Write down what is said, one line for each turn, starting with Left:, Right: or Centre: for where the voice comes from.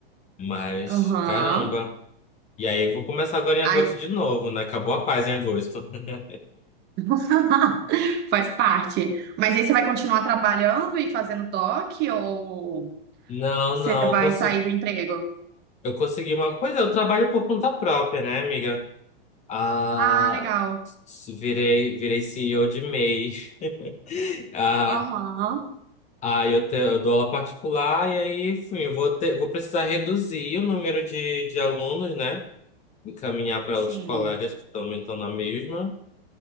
Left: Mas,
Right: Aham.
Left: caramba. E aí, eu vou começar agora em agosto
Right: Ai,
Left: de novo, né? Acabou a paz em agosto. <laughs>
Right: <laughs> faz parte. Mas aí você vai continuar trabalhando e fazendo toque ou
Left: Não,
Right: você
Left: não,
Right: vai
Left: eu consegui,
Right: sair do emprego?
Left: eu consegui uma. Pois é, eu trabalho por conta própria, né, amiga? Ah,
Right: Ah, legal.
Left: s- virei, virei CEO de MEI. <laughs> Ah,
Right: Aham.
Left: ah, eu, te- eu dou aula particular e aí, enfim, eu vou ter, vou precisar reduzir o número de, de alunos, né? Encaminhar para
Right: Sim.
Left: outros colegas que também estão na mesma.